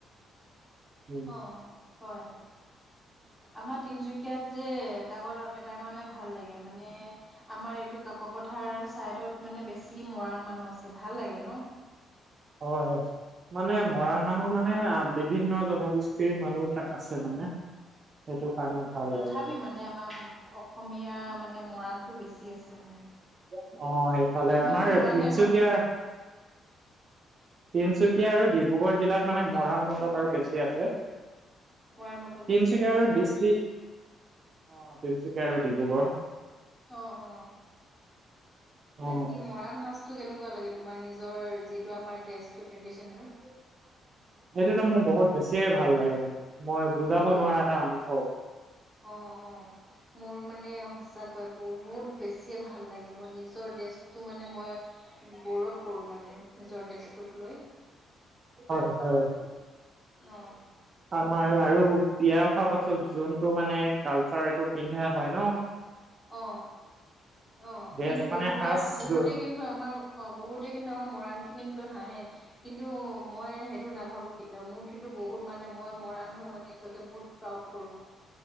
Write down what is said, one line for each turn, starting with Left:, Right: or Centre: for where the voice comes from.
Right: উম
Left: অহ হয় আমাৰ তিনিচুকীয়াত যে এটা কৰ এটা কাৰণে ভাল লাগে মানে আমাৰ এইটো কাকপথাৰ ছাইদত মানে বেছি মৰাণ মানুহ আছে ভাল লাগে ন।
Right: হয়, মানে মৰাণ মানুহ মানে বিভিন্ন জনগোষ্ঠীৰ মানুহ তাত আছে মানে। সেইটো কাৰণে। ভাল
Left: তথাপিও
Right: লাগে
Left: মানে আমাৰ অসমীয়া মানে মৰাণটো বেছি আছে।
Right: অ, সেইফালে
Left: তুমিতো
Right: আমাৰ
Left: মৰাণে
Right: তিনচুকীয়া
Left: ন
Right: তিনচুকীয়া আৰু ডিব্ৰুগড় জিলাত মানে মৰাণ, মটক
Left: কি ক'লে
Right: আৰু বেছি আছে।
Left: মৰাণ মটক
Right: তিনচুকীয়া
Left: বেছি আছে
Right: আৰু ডিষ্টিক
Left: হয়
Right: অ, তিনচুকীয়া আৰু ডিব্ৰুগড়
Left: অ অ বাকী
Right: অ
Left: মৰাণ সাজ টো কেনেকুৱা লাগে তোমাৰ নিজৰ যিটো আমাৰ ড্ৰেষ্টটো ট্ৰেডিচনেল?
Right: সেইটোটো মোৰ বহুত বেছিয়ে ভাল লাগে মানে মই বুজাব
Left: মোৰো
Right: নোৱাৰা এটা অনুভৱ।
Left: অ অ মোৰ মানে সঁচাকৈ বহুত বেছিয়ে ভাল লাগে মই নিজৰ ড্ৰেষ্টটো মানে মই গৌৰৱ কৰো মানে নিজৰ ড্ৰেষ্টটোক লৈ।
Right: হয় হয়।
Left: অ
Right: আমাৰ আৰু বিয়া হোৱাৰ পাছত যোনটো মানে কালচাৰ এইটো পিন্ধা হয় ন <inaudible>
Left: অ অ
Right: ড্ৰেছ
Left: কিন্তু
Right: মানে
Left: বহুতে
Right: সাজযোৰ
Left: বহুতে কিন্তু আমাৰ অ, বহুতে কিন্তু আমাৰ মৰাণখিনিক লৈ হাহে। কিন্তু মই সেইটো নাভাবো কেতিয়াও মোৰ কিন্তু বহুত মানে মই মৰাণ হৈ মই নিজকে বহুত প্ৰাউড কৰো।